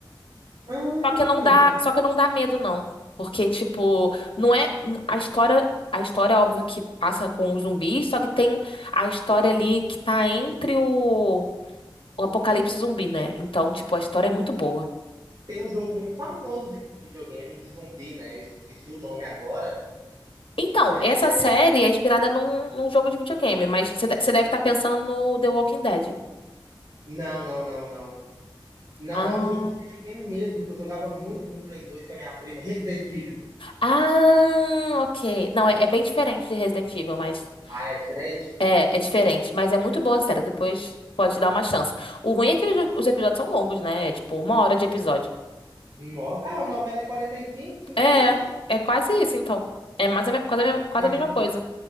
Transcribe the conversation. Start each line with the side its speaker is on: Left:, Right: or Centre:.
Right: Hum,
Left: Só que não dá, só que não dá medo, não. Porque, tipo, não é. A história. A história é óbvio que passa com os zumbis, só que tem a história ali que tá entre o, o apocalipse zumbi, né? Então, tipo, a história é muito boa.
Right: tem um jogo muito famoso de videogame de zumbi, né? Eu esqueci o nome agora,
Left: Então,
Right: mas
Left: essa
Right: é.
Left: série é inspirada num, num jogo de videogame, mas você de- você deve estar pensando no The Walking Dead.
Right: Não, não, não, não. Não,
Left: Ah,
Right: é um jogo de videogame mesmo, que eu jogava muito no Play 2 com a minha prima. Resident Evil.
Left: ah, ok. Não, é, é bem diferente de Resident Evil, mas
Right: Ah, é diferente?
Left: é, é diferente. Mas é muito boa a série. Depois pode dar uma chance. O ruim é que os, os episódios são longos, né? É tipo uma hora de episódio.
Right: Nossa. Ah, a novela é 45, 50,
Left: É, é quase isso, então. É mais a me- quase, a me- quase
Right: Sim.
Left: a mesma coisa.